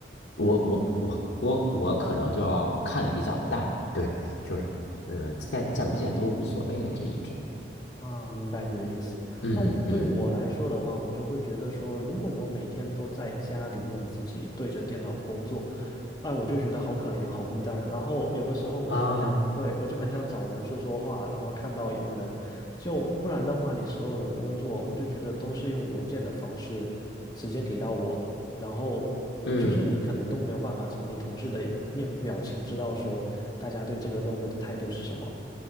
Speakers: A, on the left; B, on the left.
A: 我我我我我可能就要看的比较淡，对，就是嗯，见见不见都无所谓的这一种，
B: 啊，明白你的意思。
A: 嗯嗯
B: 那我对我来说的话，我就会觉得说，如果我每天都在家里面自己对着电脑工作，哎，我就觉得好可怜，好孤单。然后有的时候我就很想，
A: 啊，
B: 对，我就很想找人说说话，然后看到有人，就不然的话，你所有的工作，我就觉得都是用邮件的方式直接给到我，然后就是你可能都没有办法从你同事的面部表情知道说大家对这个任务的态度是什么。
A: 嗯。